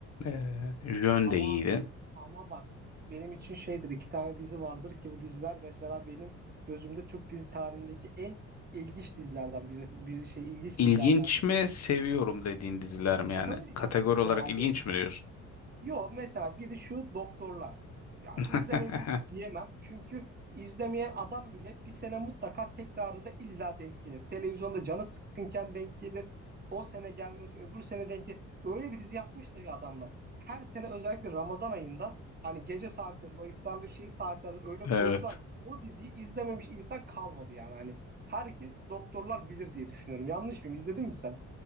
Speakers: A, on the left; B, on the right.
A: E, jön
B: Ama
A: de iyiydi.
B: ama bak benim için şeydir iki tane dizi vardır ki bu diziler mesela benim gözümde Türk dizi tarihindeki en ilginç dizilerden biri bir şey ilginç
A: İlginç
B: dizilerdendir.
A: mi seviyorum dediğin diziler mi
B: Şöyle
A: yani?
B: ilginçtir
A: Kategori olarak
B: abi.
A: ilginç mi diyorsun?
B: Yo mesela biri şu doktorlar. Ya
A: <laughs>
B: izlememiş diyemem. Çünkü izlemeyen adam bile bir sene mutlaka tekrarında illa denk gelir. Televizyonda canı sıkkınken denk gelir. O sene gelmesi öbür sene denk gelir. Öyle bir dizi yapmışlar ya adamlar. Her sene özellikle Ramazan ayında hani gece saatlerinde o iftarlı şey saatlerinde öyle koydular
A: Evet.
B: ki o diziyi izlememiş insan kalmadı yani. Hani herkes doktorlar bilir diye düşünüyorum. Yanlış mıyım? İzledin mi sen?